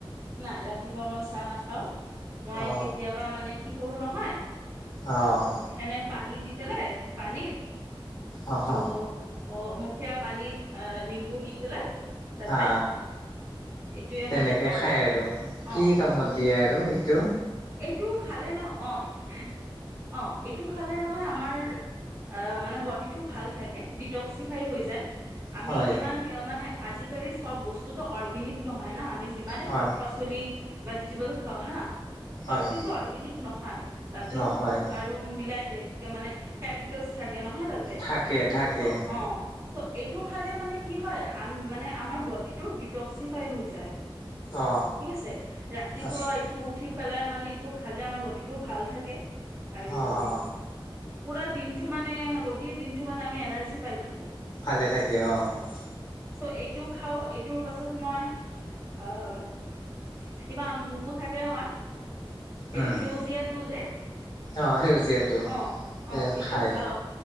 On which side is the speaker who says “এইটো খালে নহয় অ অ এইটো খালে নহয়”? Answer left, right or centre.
Right